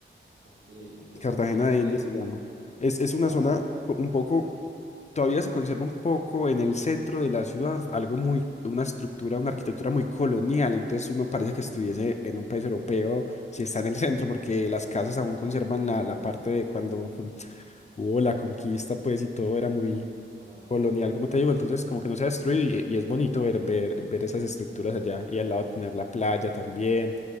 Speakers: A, on the right; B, on the left.
A: Ok, ok. Y
B: Cartagena
A: por ejemplo,
B: de India
A: de...
B: se llama. Es, es una
A: Vale,
B: zona co- un poco, todavía se conserva un poco en el centro de la ciudad, algo muy, una estructura, una arquitectura muy colonial. Entonces uno parece que estuviese en un país europeo si está en el centro, porque las casas aún conservan la, la parte de cuando <laughs> hubo la conquista, pues, y todo era muy
A: claro.
B: colonial, como te digo. Entonces como que no se ha destruido y, y es bonito ver, ver, ver esas estructuras allá y al lado tener la playa también.